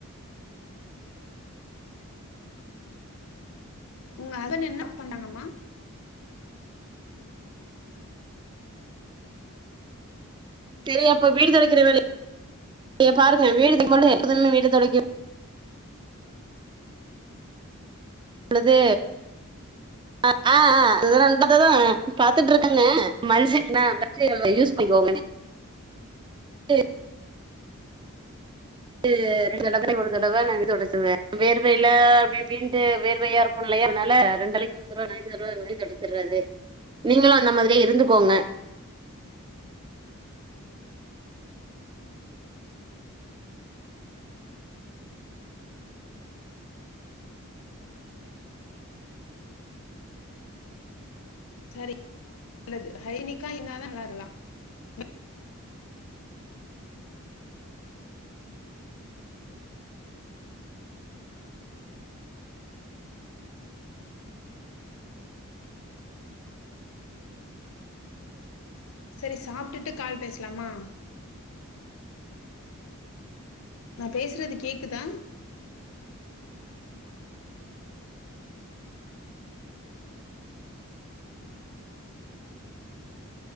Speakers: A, on the left (about 65°); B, on the right (about 20°).
A: உங்க அதன்னு என்ன பண்ணுனுமா
B: செரி அப்ப வீடு தொடைக்கிற வேல யப்பாருங்க வீடு <inaudible> லுது ஆ ஆ ஆ <inaudible> பாத்துட்ருக்கங்க மஞ்ச <inaudible> யூஸ் பண்ணிக்கோங்க <unintelligible> உ ரெண்டுதடவ ஒரு தடவ <unintelligible> வேர்வைல அப்டி இப்டின்ட்டு வேர்வையா இருக்குல்லையா அன்னால ரெண்டு நாளைக்கு ஒரு தடவ <unintelligible> தொடச்சர்றது நீங்களு அந்த மாதிரியே இருந்துக்கோங்க
A: சரி நல்லது ஹைனிகா இந்தாதா <unintelligible> சரி சாப்டுட்டு கால் பேஸ்லாமா நா பேசுறது கேக்குதா